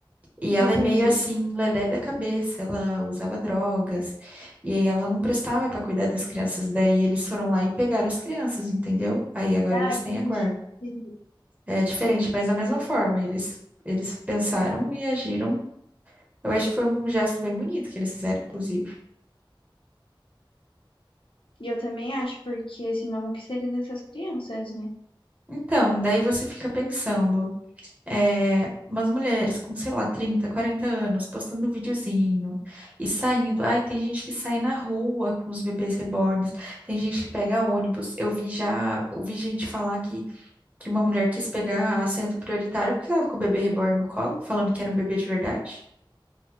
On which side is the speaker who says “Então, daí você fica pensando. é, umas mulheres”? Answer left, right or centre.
Right